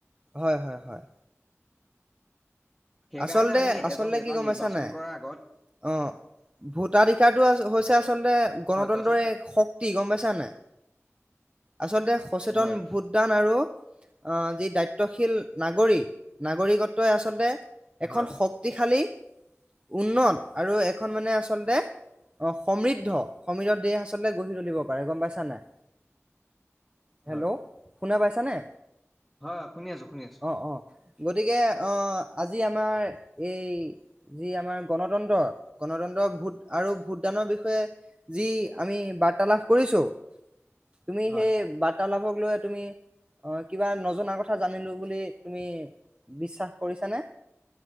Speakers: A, on the right (about 25°); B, in the centre.
A: হয়। হয়। হয়।
B: সেইকাৰণে
A: আচলতে
B: আমি
A: আচলতে
B: এজন নেতা
A: কি গম
B: নিৰ্বাচন
A: পাইছা নাই?
B: কৰাৰ আগত
A: অ, ভোটাধিকাৰটো হৈছে আচলতে, গণতন্ত্ৰৰেই
B: হয় কোৱাচোন
A: এক শক্তি, গম পাইছা নাই? আচলতে সচেতন
B: হয়
A: ভোটদান আৰু আহ, যি দায়িত্বশীল নাগৰিক, নাগৰিকত্বই আচলতে এখন
B: হয়
A: শক্তিশালী উন্নত, আৰু এখন মানে আচলতে‌ সমৃদ্ধ, সমৃদ্ধ দেশ আচলতে গঢ়ি তুলিব পাৰে গম পাইছা নাই? হেল্ল'
B: হয়
A: শুনা পাইছানে?
B: হয় শুনি আছোঁ, শুনি আছোঁ।
A: অ অ গতিকে অ আজি আমাৰ এই যি আমাৰ গণতন্ত্ৰ, গণতন্ত্ৰ ভোট আৰু ভোটদানৰ বিষয়ে যি আমি বাৰ্তালাপ কৰিছোঁ তুমি
B: হয়
A: সেই বাৰ্তালাপক লৈ তুমি, অ কিবা নজনা কথা জানিলো বুলি, তুমি বিশ্বাস কৰিছানে?